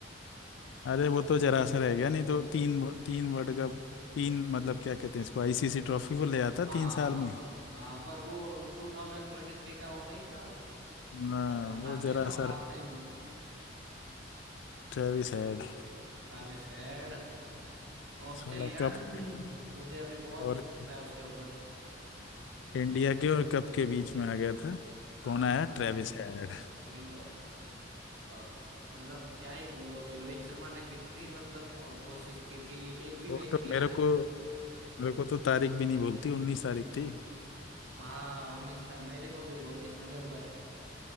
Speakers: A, on the left; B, on the right.
A: अरे वो तो जरा सा रह गया नहीं तो तीन व- तीन वर्ल्ड कप तीन मतलब क्या कहते हैं इसको आईसीसी ट्रॉफी वो ले आता
B: हाँ
A: तीन साल में
B: हाँ पर वो 2023 का वो नहीं था
A: हाँ
B: वर्ल्ड कप
A: वो
B: हार
A: जरा
B: गए ना
A: सा
B: लास्ट
A: रह
B: दिन
A: ट्रेविस हेड
B: Travis Head Australian
A: साला कप के
B: मुझे अभी बहुत
A: और
B: गुस्सा हो रहा है उसके ऊपर
A: इंडिया के और कप के बीच में आ गया था
B: हाँ
A: कौन आया Travis
B: वही
A: head
B: वही तो अ, मतलब क्या ही बोलो अभी रोहित शर्मा ने कितनी मतलब अ, कोशिश की थी एक भी
A: वो
B: मैच
A: तो
B: नहीं
A: मेरे
B: हारे थे
A: को मेरे को तो तारीख भी नहीं भूलती उन्नीस तारीख थी
B: हाँ उन्नीस था मेरे को भी उन्नीस नवंबर